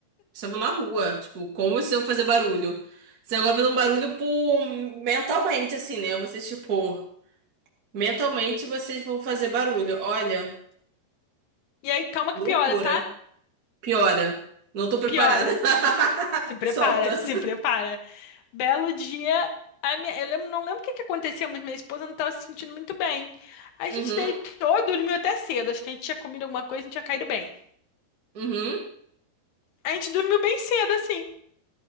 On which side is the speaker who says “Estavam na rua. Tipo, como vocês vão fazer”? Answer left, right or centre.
Right